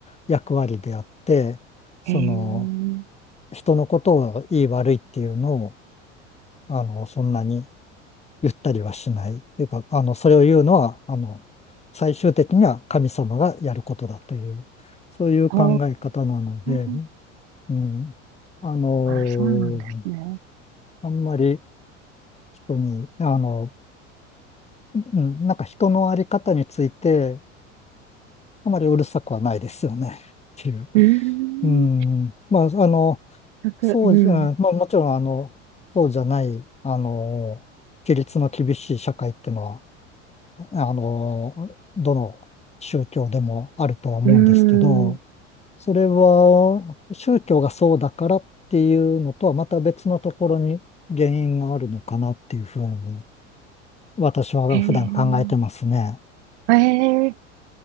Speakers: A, on the left (about 15°); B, on the right (about 65°).
A: 役割であって、その、
B: へえ。
A: 人のことをいい悪いっていうのを、あの、そんなに言ったりはしない。というか、あの、それを言うのは、あの、最終的には神様がやることだという、そういう考え方なので、
B: ほー。
A: うん、あの
B: あ、そうなんですね。
A: ーあんまり人に、あの、うん、なんか人のあり方について、あまりうるさくはないですよね。っていう。
B: うーん。
A: うん、まあ、あの、
B: 全く、
A: そうじゃ、
B: うん。
A: うんまあ、もちろん、あの、そうじゃない、あの、規律の厳しい社会っていうのは、あの、どの宗教でもあるとは思うんですけど、
B: うーん。
A: それは宗教がそうだからっていうのとはまた別のところに原因があるのかなっていうふうに私は普段考えてますね。
B: へえ。ええ。